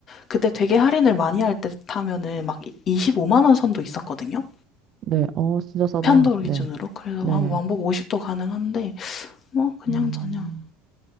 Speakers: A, on the left; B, on the right.
A: 그때 되게 할인을 많이 할 때 타면은 막 25만 원 선도 있었거든요.
B: 네. 어, 진짜 싸다.
A: 편도로
B: 네.
A: 기준으로. 그래서
B: 네.
A: 한 왕복 50도 가능한데 뭐 그냥
B: 음,
A: 저냥.